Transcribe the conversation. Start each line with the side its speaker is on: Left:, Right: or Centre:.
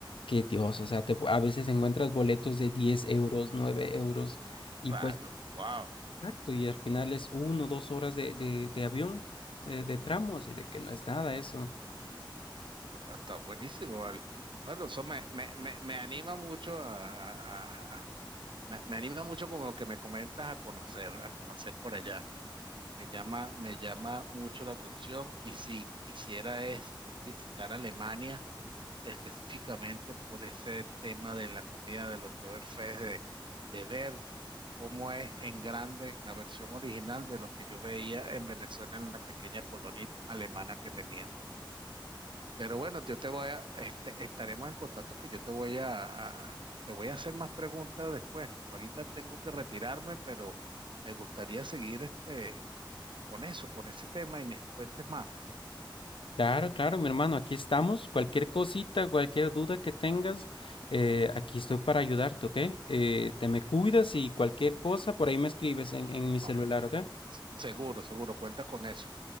Left: que Dios, o sea, te pu- a veces encuentras boletos de 10 euros, 9 euros, y
Right: Ah,
Left: pues,
Right: no, wow,
Left: exacto, y al final es uno, dos horas de, de, de avión, de, de tramos, y de que no es nada eso.
Right: está buenísimo, vale. Bueno, eso me, me, me, me anima mucho a, a- a- me, me anima mucho con lo que me comentas a conocer, a conocer por allá. Me llama, me llama mucho la atención y si quisiera es visitar Alemania específicamente por ese tema de la comida del Oktoberfest, de, de ver. cómo es en grande la versión original de lo que yo veía en Venezuela en la pequeña colonia alemana que teníamos. Pero bueno, yo te voy a, este, estaremos en contacto que yo te voy a, a- te voy a hacer más preguntas después. Ahorita tengo que retirarme, pero me gustaría seguir este, con eso, con ese tema y me cuentes más.
Left: Claro, claro, mi hermano, aquí estamos. Cualquier cosita, cualquier duda que tengas, eh, aquí estoy para ayudarte, ¿ok? Eh, te me cuidas y cualquier cosa, por ahí me escribes en, en mi celular,
Right: Oh,
Left: ¿ok?
Right: seguro, seguro, cuenta con eso.